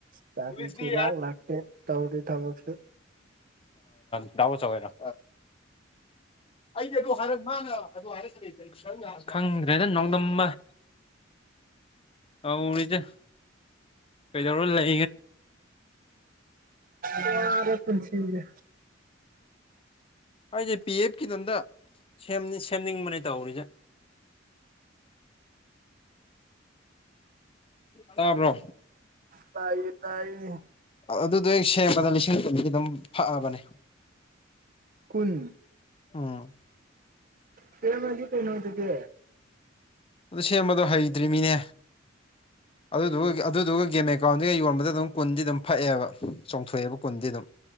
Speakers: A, on the right; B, on the left.
A: ꯇꯔꯤ
B: ꯄꯨꯂꯤꯁꯅꯤ
A: ꯆꯨꯂꯥꯛ ꯂꯥꯛꯇꯦ ꯇꯧꯔꯤ ꯊꯕꯛꯁꯦ
B: ꯗꯥ ꯕꯣꯆꯥ ꯍꯣꯏꯔꯣ ꯑꯩꯗꯤ ꯑꯗꯨ ꯃꯅꯥ ꯑꯗꯨ ꯈꯪꯗꯔ꯭ꯦꯗꯥ ꯅꯣꯡꯗꯝꯕ ꯇꯧꯔꯤꯖꯦ ꯀꯩꯗꯧꯔ ꯂꯩ
A: ꯋꯔꯦ ꯋꯔꯦ ꯄꯨꯟꯁꯤꯁꯦ
B: ꯑꯩꯁꯦ ꯄꯤ ꯑꯦꯐ ꯀꯤꯗꯨ ꯑꯃꯒꯥ ꯁꯦꯝꯗꯤ ꯁꯦꯝꯅꯤꯡꯕꯅꯦ ꯇꯧꯔꯤꯁꯦ ꯇꯥꯕ꯭ꯔꯣ
A: ꯇꯥꯏꯌꯦ ꯇꯥꯏꯌꯦ
B: ꯑꯗꯨꯗꯣ ꯍꯦꯛ ꯁꯦꯝꯕꯗ ꯂꯤꯁꯤꯡ ꯀꯨꯟꯗꯤ ꯑꯗꯨꯝ ꯐꯛꯑꯕꯅꯦ
A: ꯀꯨꯟ
B: ꯎꯝ
A: ꯁꯦꯃꯁꯦ ꯀꯩꯅꯣ ꯑꯗꯨꯗꯤ
B: ꯑꯗꯨ ꯁꯦꯝꯕꯗꯣ ꯍꯩꯇ꯭ꯔꯤꯝꯃꯤꯅꯦ ꯑꯗꯨꯗꯨꯒ
A: ꯎꯝ
B: ꯑꯗꯨꯗꯨꯒ ꯒꯦꯝꯃꯦ ꯀꯥꯎꯟꯁꯤꯒ ꯌꯣꯟꯕꯗ ꯑꯗꯨꯝ ꯀꯨꯟꯗꯤ ꯑꯗꯨꯝ ꯐꯛꯑꯦꯕ ꯆꯣꯡꯊꯣꯛꯑꯦꯕ ꯀꯨꯟꯗꯤ ꯑꯗꯨꯝ